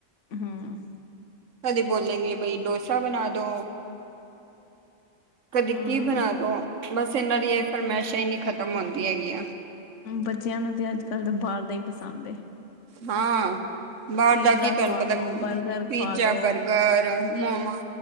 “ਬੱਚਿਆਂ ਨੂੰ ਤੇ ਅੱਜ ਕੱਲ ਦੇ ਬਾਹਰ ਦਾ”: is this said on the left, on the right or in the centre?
Left